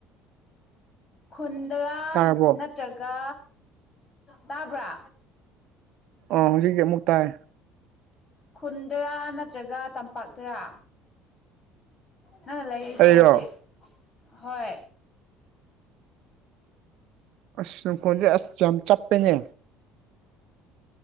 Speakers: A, on the left (about 35°); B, on the right (about 70°).
A: ꯈꯨꯨꯟꯗ꯭ꯔꯥ
B: ꯇꯥꯔꯕꯣ
A: ꯅꯠ ꯅꯠꯇ꯭ꯔꯒ ꯇꯥꯕ꯭ꯔꯥ
B: ꯑꯣ ꯍꯧꯖꯤꯛꯀꯤ ꯑꯃꯨꯛ ꯇꯥꯏ
A: ꯈꯨꯟꯗꯔꯥ ꯅꯠꯇ꯭ꯔꯒ ꯇꯝꯄꯥꯛꯇꯔꯥ ꯅꯪꯅ ꯂꯩꯔꯤ
B: ꯑꯩꯔꯣ
A: ꯑꯩ ꯍꯧꯖꯤꯛ ꯍꯣꯏ
B: ꯑꯁ ꯅꯈꯣꯟꯁꯦ ꯑꯁ ꯌꯥꯝ ꯆꯞꯄꯦꯅꯦ